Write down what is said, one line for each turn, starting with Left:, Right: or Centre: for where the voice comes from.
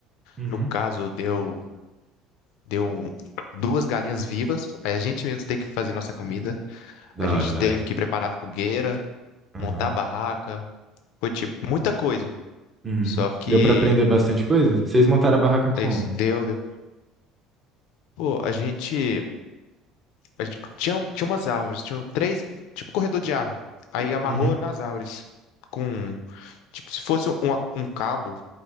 Right: uhum.
Left: No caso, deu, deu duas galinhas vivas, aí a gente mesmo tem que fazer nossa comida.
Right: Da
Left: A gente
Right: hora, da
Left: teve
Right: hora.
Left: que preparar fogueira,
Right: Aham.
Left: montar barraca, foi tipo muita coisa.
Right: Uhum.
Left: Só que
Right: Deu pra aprender bastante coisa? Vocês montaram a barraca como?
Left: esse deu, deu. Pô, a gente, a gente tinha, tinha umas árvores, tinha três, tipo corredor de árvore. Aí amarrou
Right: Uhum,
Left: nas árvores com, tipo, se fosse um, um cabo,